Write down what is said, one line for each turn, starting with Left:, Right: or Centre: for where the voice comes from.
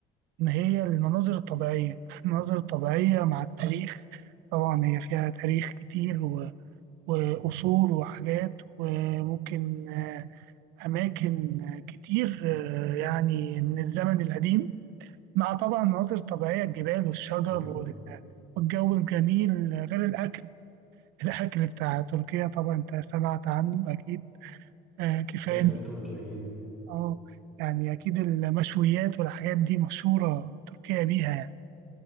Right: ان هي المناظر الطبيعيه <laughs> المناظر الطبيعيه مع التاريخ طبعا هي فيها تاريخ كتير و- وقصور وحاجات وممكن آه، أماكن كتير آه، يعني من الزمن القديم مع طبعا مناظر طبيعية الجبال والشجر
Centre: امم
Right: وال- والجو الجميل غير الأكل الأكل بتاع تركيا طبعا أنت سمعت عنه أكيد آه، كفاية
Centre: الاكل التركي اكيد
Right: اه يعني أكيد المشويات والحاجات دي مشهورة تركيا بيها يعني